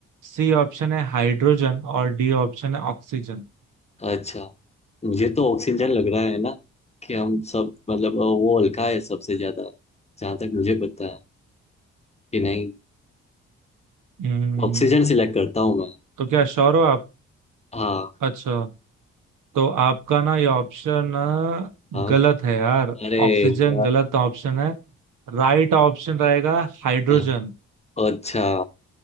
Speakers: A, on the right; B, on the left.
A: सी ऑप्शन है हाइड्रोजन और डी ऑप्शन है ऑक्सीजन
B: अच्छा मुझे तो ऑक्सीजन लग रहा है ना कि हम सब मतलब अ, वो हल्का है सबसे ज्यादा जहां तक मुझे पता है कि नहीं
A: हम्म
B: ऑक्सीजन सिलेक्ट करता हूँ मैं
A: तो क्या श्योर हो आप
B: हाँ
A: अच्छा तो आपका ना ये ऑप्शन
B: हाँ
A: गलत है यार
B: अरे
A: ऑक्सीजन
B: यार
A: गलत ऑप्शन है राइट ऑप्शन रहेगा हाइड्रोजन
B: हाँ, अच्छा